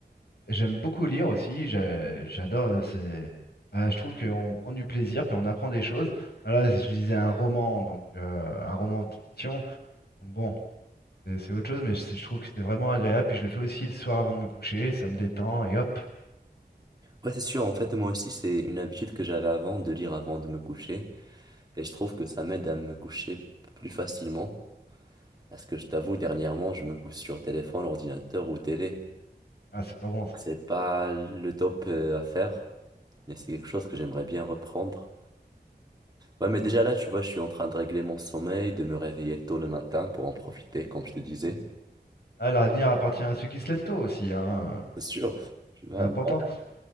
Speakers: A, on the left; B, on the right.
A: J'aime beaucoup lire aussi, j'a- j'adore. euh, c'est- bah, je trouve qu'on prend du plaisir, puis on apprend des choses. Voilà, je lisais un roman, donc euh, un roman de fiction. Donc bon, c'est c'est autre chose, mais je je trouve que c'est vraiment agréable. Puis je le fais aussi le soir avant de me coucher, ça me détend, et hop.
B: Ouais, c'est sûr. En fait, moi aussi, c'est une habitude que j'avais avant de lire avant de me coucher. Et je trouve que ça m'aide à me coucher plus facilement. Parce que je t'avoue, dernièrement, je me couche sur téléphone, ordinateur ou télé.
A: Ah, c'est pas bon ça.
B: C'est pas le top euh, à faire, mais c'est quelque chose que j'aimerais bien reprendre. Ouais, mais déjà là, tu vois, je suis en train de régler mon sommeil, de me réveiller tôt le matin pour en profiter, comme je te disais.
A: Ah, l'avenir appartient à ceux qui se lèvent tôt aussi, hein.
B: C'est sûr. Tu vois,
A: C'est important.
B: moi,